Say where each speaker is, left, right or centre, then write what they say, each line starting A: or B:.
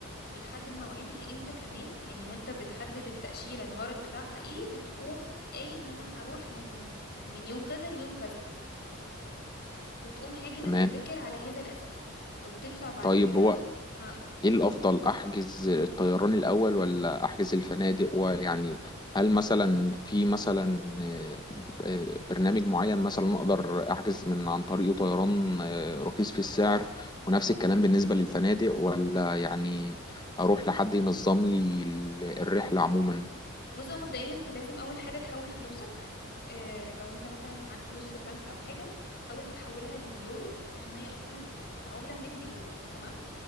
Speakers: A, on the left; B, on the left.
A: بتحدد مواعيدها امتى كمان يعني وانت بتحدد التأشيرة الغرض بتاعها ايه بتقوم قايل ان انا هروح من من يوم كذا ليوم كذا وتقوم حاجز
B: تمام
A: التذاكر على هذا الأساس وبتدفع بعد
B: طيب
A: كده
B: هو
A: هقول
B: ايه الافضل احجز الطيران الاول ولا احجز الفنادق ويعني هل مثلا في مثلا آه، آه، برنامج معين مثلا اقدر احجز من عن طريقه طيران آه، رخيص في السعر ونفس الكلام بالنسبة للفنادق ولا يعني اروح لحد ينظم لي ال- الرحلة عموما
A: بص هو مبدئيا انت لازم اول حاجه تحول فلوسك اه لو انت مثلا معاك فلوس في البنك او حاجه حاول تحولها لليورو عشان هي اصلا ال- العمله هناك باليورو تمام